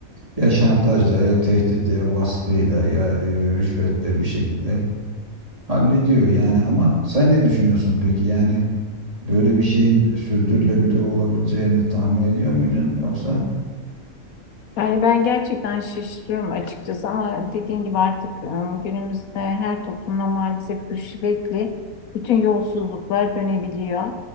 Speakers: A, on the right (about 25°); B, on the left (about 75°).
A: Ya şantajla, ya tehditle, ya baskıyla, ya e, rüşvetle bir şekilde hallediyor. Yani ama sen ne düşünüyorsun peki? Yani böyle bir şeyin sürdürülebilir olabileceğini tahmin ediyor muydun yoksa?
B: Yani ben gerçekten şaşırıyorum açıkçası ama dediğin gibi artık e, günümüzde her toplumda maalesef rüşvetli bütün yolsuzluklar dönebiliyor.